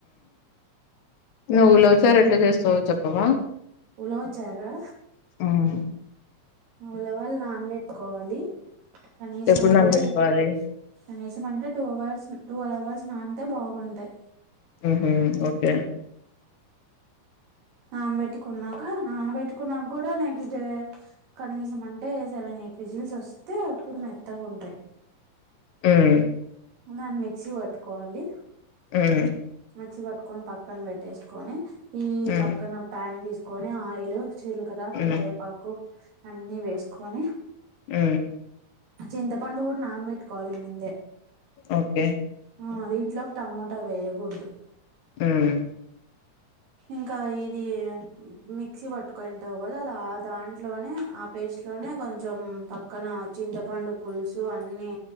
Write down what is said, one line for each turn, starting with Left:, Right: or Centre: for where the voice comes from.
Left: నువ్ లో సార్ ఎట్లా చేస్తావో చెప్పవా
Right: ఉలవ చారా
Left: ఉమ్.
Right: ఉలవలు నాన్ పెట్టుకోవాలి కనీసం
Left: ఎప్పుడు
Right: అంటే
Left: నానబెట్టుకోవాలి
Right: కానిసమంటే టూ అవర్స్ టూవెల్ అవర్స్ నానీతే బాగుంటాయి
Left: మ్ హు ఓకే
Right: నానబెట్టుకున్నాక నానబెట్టుకున్నాక కూడా నెక్స్ట్ డే కనీసం అంటే సెవెన్ ఎయిట్ విజిల్స్ వస్తే అప్పుడు మెత్తగా ఉంటాయి
Left: మ్
Right: దన్ మిక్సీ పట్టుకోవాలి
Left: మ్
Right: మిక్సీ పట్టుకొని పక్కన పెట్టేసుకొని ఈ
Left: హ్మ్
Right: పక్కన ప్యాన్ తీసుకొని ఆయిల్ జీలకర
Left: హ్మ్
Right: కరివేపాకు అన్నీ వేసుకొని
Left: మ్
Right: చింతపండు కూడా నానబెట్టుకోవాలి ముందే
Left: ఓకే
Right: ఆ అదిట్లోక్ టమోటా వేయకూడదు
Left: మ్
Right: ఇంకా ఇది మిక్సీ పట్టుకుని ఉంటావు కదా రా ఆ దాంట్లోనే ఆ పేస్ట్ లోనే కొంచెం పక్కన చింతపండు పులుసు అన్నీ